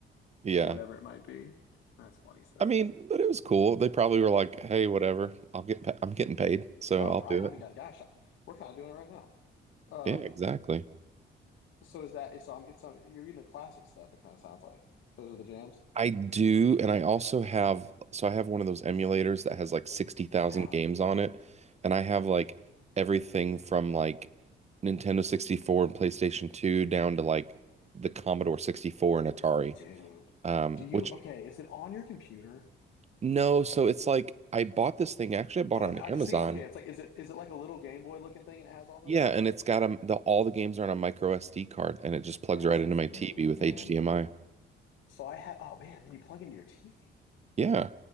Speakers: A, on the right; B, on the left.
A: yeah,
B: or whatever it might be. That's funny stuff.
A: I mean, but it was cool. They probably were like, "Hey, whatever. I'll get pa I'm getting paid, so
B: Oh,
A: I'll
B: right.
A: do
B: I
A: it."
B: mean, yeah, gosh, we're kind of doing it right now. Um,
A: Yeah, exactly.
B: so is that? So I'm. It's uh, you're into classic stuff. It kind of sounds like those are the jams.
A: I do, and I also have so I have one of those emulators that has like 60,000
B: Yeah,
A: games on it, and I have like everything from like Nintendo 64 and PlayStation 2 down to like the Commodore 64 and Atari.
B: dude.
A: Um,
B: Do you?
A: which
B: Okay, is it on your computer?
A: no, so it's like I bought this thing actually I bought
B: Oh,
A: it on
B: I've
A: Amazon
B: seen. Okay, it's like is it is it like a little Game Boy looking thing and it has all those
A: Yeah,
B: stuff?
A: and it's got a, the all the games are on a micro SD card, and it just plugs
B: That's
A: right
B: the
A: into
B: move,
A: my TV with
B: man.
A: HDMI.
B: So I have, oh man, then you plug into your TV.
A: Yeah,